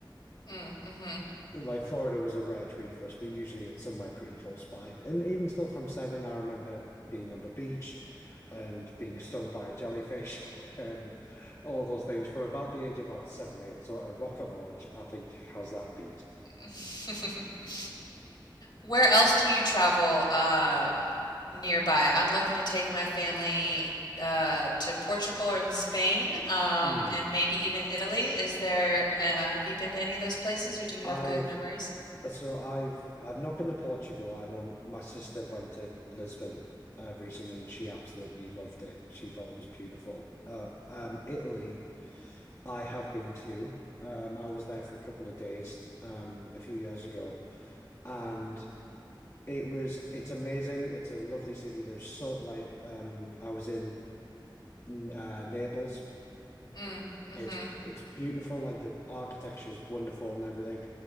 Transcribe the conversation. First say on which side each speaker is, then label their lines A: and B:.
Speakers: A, on the left; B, on the left.
A: Mm, mhm.
B: like Florida was a rare treat for us, but usually it's somewhere pretty close by. And even still from seven, I remember being on the beach and being stung by a jellyfish <laughs> and all those things from about the age of about seven, eight. So a rocket launch, I think, has that beat.
A: <laughs> Where else do you travel um, nearby? I'm looking to take my family uh, to Portugal and Spain, um,
B: Mhm.
A: and maybe even Italy. Is there, uh, have you been to any of those places, or do you have
B: I've
A: good memories?
B: So I've I've not been to Portugal. I know my sister went to Lisbon uh, recently and she absolutely loved it. She thought it was beautiful. Uh, um, Italy, I have been to. Um, I was there for a couple of days um, a few years ago, and it was it's amazing. It's a lovely city. There's so like um, I was in uh, Naples.
A: Mm, mhm.
B: It's it's beautiful, like the architecture is wonderful and everything.